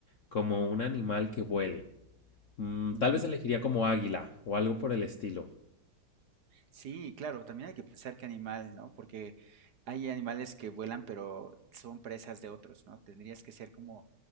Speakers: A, on the left; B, on the right.
A: como un animal que vuele. Mm,
B: Mm,
A: tal vez elegiría como águila o algo por el estilo.
B: Sí, claro, también hay que pensar qué animal, ¿no? Porque hay animales que vuelan, pero son presas de otros, ¿no? Tendrías que ser como